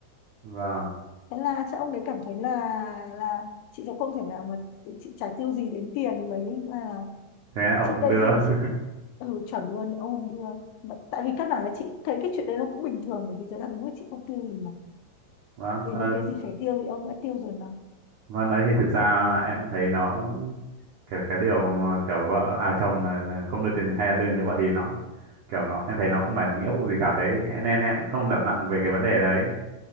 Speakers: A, on the right; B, on the left.
A: vâng.
B: thế là chắc ông đấy cảm thấy là là chị sẽ không thể nào mà chị chả tiêu gì đến tiền mấy là là
A: Thế ông
B: trước
A: cũng
B: đây
A: đưa.
B: khi
A: <laughs>
B: mà chị ừ chuẩn luôn thì ông không đưa mà, tại vì căn bản là chị thấy cái chuyện đấy nó cũng bình thường bởi vì thật ra đúng là chị không tiêu gì mà
A: Vâng,
B: vì
A: ờ,
B: những cái gì phải tiêu thì ông đã tiêu rồi mà
A: Vâng đấy thì thực ra em thấy nó kiểu cái điều mà kiểu vợ à chồng à, là không đưa tiền hay là đưa cho vợ thì nó kiểu nó em thấy nó không phải một nghĩa vụ gì cả thế em- nên em cũng không đặt nặng về cái vấn đề đấy